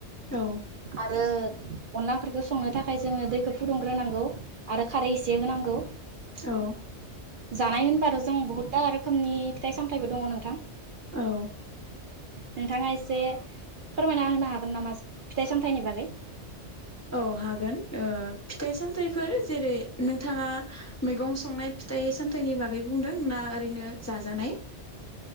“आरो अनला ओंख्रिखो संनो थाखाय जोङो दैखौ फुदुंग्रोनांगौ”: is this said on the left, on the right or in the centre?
Right